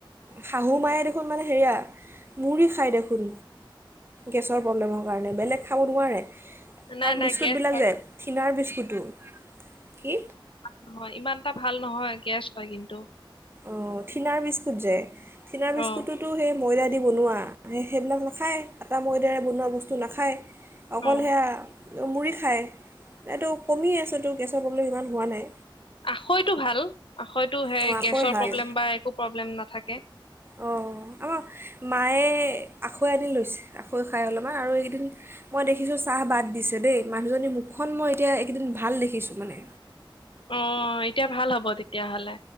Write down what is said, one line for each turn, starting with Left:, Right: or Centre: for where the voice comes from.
Right: শাহু মায়ে দেখোন মানে হেৰিয়া মুড়ি খায় দেখোন গেছৰ প্ৰব্লেমৰ কাৰণে, বেলেগ খাব নোৱাৰে।
Left: নাই
Right: তাত
Left: নাই
Right: বিস্কুটবিলাক
Left: গেছ হয়
Right: যে থিনাৰ বিস্কুটো কি?
Left: অহ, হয় ইমান এটা ভাল নহয় গেছ হয় কিন্তু।
Right: অ', থিনাৰ বিস্কুট যে থিনাৰ বিস্কুটোতো
Left: অ
Right: সেই ময়দা দি বনোৱা, সেই সেইবিলাক নাখায় আটা ময়দাৰে বনোৱা বস্তু নাখায়। অকল
Left: অ
Right: সেয়া মুৰি খাই এইটো কমি আছেতো গেছ প্ৰব্লেম ইমান হোৱা নাই
Left: আখয়তটো ভাল আখৈতটো হে,
Right: অঁ আকৈ
Left: আচল
Right: ভাল
Left: প্ৰব্লেম বা একো প্ৰব্লেম নাথাকে।
Right: অঁ আমাৰ মায়ে আখৈ আনি লৈছে আখৈ খাই অলপমান আৰু এইকেইদিন মই দেখিছোঁ চাহ বাদ দিছে দেই মানুহজনীৰ মুখখন মই এতিয়া এইকেইদিন ভাল দেখিছোঁ মানে
Left: অ তেতিয়া ভাল হ'ব তেতিয়াহ'লে